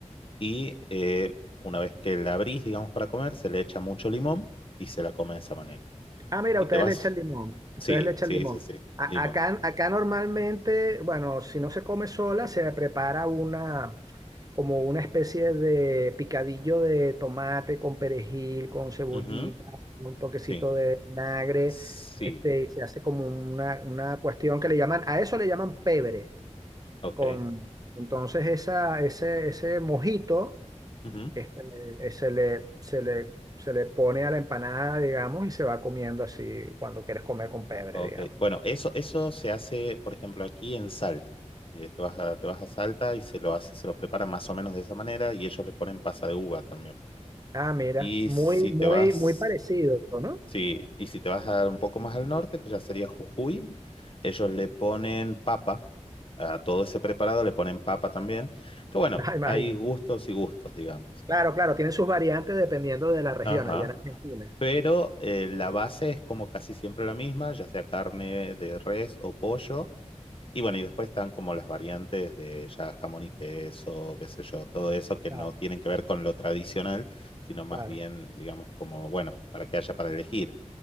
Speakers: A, on the left; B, on the right.
A: y eh, una vez que la abrís, digamos, para comer, se le echa mucho limón y se la come de esa manera.
B: Ah, mira,
A: Y
B: ustedes
A: te vas,
B: le echan limón, ustedes
A: sí,
B: le echan
A: sí,
B: limón.
A: sí, sí,
B: A-
A: limón.
B: acá, acá normalmente, bueno, si no se come sola, se prepara una, como una especie de picadillo de tomate con perejil, con cebollita,
A: Ujú,
B: un toquecito
A: sí,
B: de vinagre,
A: sí,
B: este, y se hace como una, una cuestión que le llaman, a eso le llaman pebre,
A: ok.
B: con, entonces esa, ese, ese mojito
A: ujú,
B: este, eh, se le, se le, se le pone a la empanada, digamos, y se va comiendo así cuando quieres comer con pebre,
A: ok.
B: digamos.
A: Bueno, eso, eso se hace, por ejemplo, aquí en Salta. Eh, te vas a, te vas a Salta y se lo hace, se lo preparan más o menos de esa manera y ellos le ponen pasa de uva también.
B: Ah, mira,
A: Y
B: muy,
A: si
B: muy,
A: te vas,
B: muy parecido, ¿no? <laughs>
A: Sí, y si te vas a un poco más al norte, que ya sería Jujuy, ellos le ponen papa, a todo ese preparado le ponen papa también, que bueno,
B: Ah, imagínate.
A: hay gustos y gustos, digamos.
B: Claro, claro, tienen sus variantes dependiendo de la región
A: Ajá.
B: allá en Argentina.
A: Pero eh, la base es como casi siempre la misma, ya sea carne de res o pollo. Y bueno, y después están como las variantes de ya jamón y queso, qué sé yo, todo eso que
B: Claro,
A: no tienen que ver con lo tradicional, sino más
B: claro,
A: bien, digamos, como, bueno, para que haya para elegir.